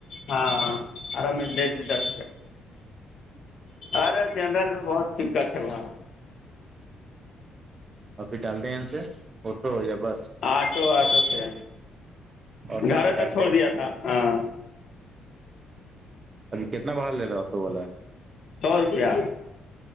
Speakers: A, on the left; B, on the right.
A: ہاں ہرام د جی د <unintelligible>
B: جچ <inaudible>
A: ارے جنرل میں بہت دقت ہے وہاں
B: آپ ھر ڈال دیں ہیاں سے فوٹو یا بس
A: آٹو آٹو سے
B: آٹو
A: گھر
B: سے ڈالتے
A: تک چھوڑ
B: ہیں
A: دیا تھا ہاں
B: ابھی کتنا باڑ لے گا آٹو والا
A: سو روپیہ